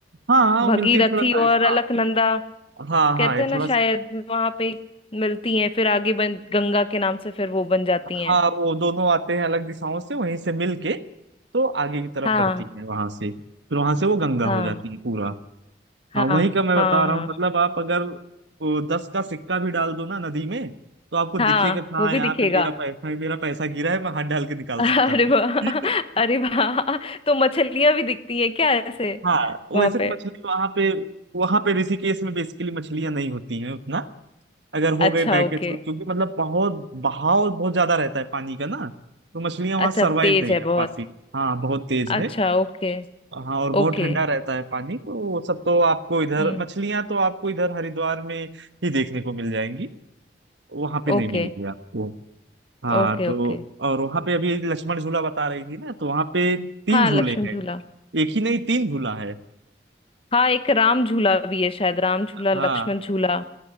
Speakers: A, on the right; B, on the left.
A: हाँ हाँ वो
B: भगीरथी
A: मिलते हैं थोड़ा
B: और
A: सा
B: अलकनंदा
A: हाँ हाँ
B: कहते
A: हाँ ये
B: हैं ना
A: थोड़ा सा
B: शायद वहां पे मिलती हैं फिर आगे बन गंगा के नाम से फिर वो बन जाती हैं
A: हाँ वो दोनों आते हैं अलग दिशाओं से वहीं से मिल के तो आगे की तरफ
B: हाँ
A: बढ़ती है वहां से फिर वहां से वो गंगा
B: हाँ
A: हो जाती है पूरा
B: हाँ
A: हाँ वही
B: हाँ
A: का मैं
B: हाँ
A: बता रहा हूँ मतलब आप अगर वो दस का सिक्का भी डाल दो ना नदी में तो आपको दिखेगा
B: हाँ
A: कि हाँ
B: वो भी
A: यहाँ
B: दिखेगा
A: पे मेरा पैसा मेरा पैसा गिरा है मैं हाथ डाल के निकाल
B: अरे
A: सकता
B: वाह
A: हूँ <laughs>
B: अरे वाह तो मछलियां भी दिखती हैं क्या ऐसे
A: हाँ
B: वहां
A: वैसे तो
B: पे
A: मछली वहां पे वहां पे ऋषिकेश में बेसिकली मछलियां नहीं होती हैं उतना अगर हो
B: अच्छा
A: गए बैकेज
B: ओके
A: में क्योंकि मतलब बहुत बहाव बहुत ज्यादा रहता है पानी का ना तो मछलियां वहां
B: अच्छा
A: सरवाइव
B: तेज
A: नहीं
B: है
A: कर
B: बहुत
A: पाती हाँ बहुत तेज
B: अच्छा
A: है
B: ओके
A: हाँ और बहुत
B: ओके
A: ठंडा रहता है पानी तो वो सब तो आपको इधर
B: हम्म
A: मछलियां तो आपको इधर हरिद्वार में ही देखने को मिल जाएंगी वहां पे नहीं
B: ओके
A: मिली थी आपको हाँ
B: Okay
A: तो
B: okay
A: और वहां पे अभी लक्ष्मण झूला बता रही थी ना तो वहां पे तीन
B: हाँ
A: झूले
B: लक्ष्मण
A: हैं
B: झूला
A: एक ही नहीं तीन झूला है
B: हाँ एक राम झूला भी है शायद राम झूला
A: हाँ
B: लक्ष्मण झूला